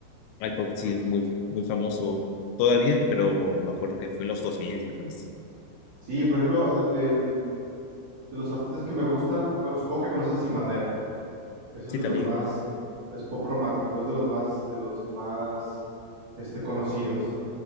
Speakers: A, on the left; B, on the right.
A: El pop
B: Entonces,
A: sí es muy, muy famoso todavía, pero me acuerdo que fue en los 2000 me parece.
B: sí, por ejemplo, de, del- de los artistas que me gustan, bueno, supongo que conoces a Sin Bandera. Eso
A: Sí,
B: es de
A: también,
B: los más, es pop romántico, pero es de los más, de los más, este, conocidos.